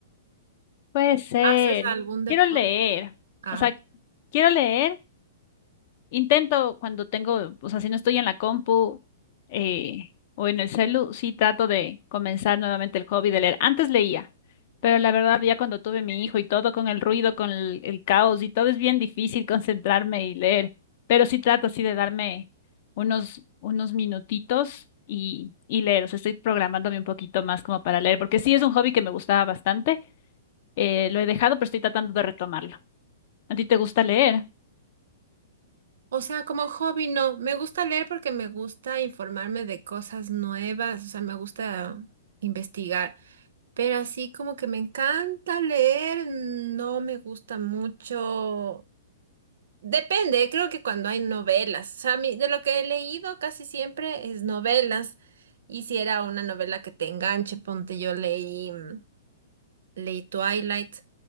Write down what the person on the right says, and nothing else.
¿Haces algún deporte?
Ah,
o sea, como hobby no. Me gusta leer porque me gusta informarme de cosas nuevas, o sea, me gusta investigar. Pero así como que me encanta leer, no me gusta mucho. Depende, creo que cuando hay novelas. O sea, a mí- de lo que he leído casi siempre es novelas. Y si era una novela que te enganche, ponte, yo leí, mm, leí Twilight.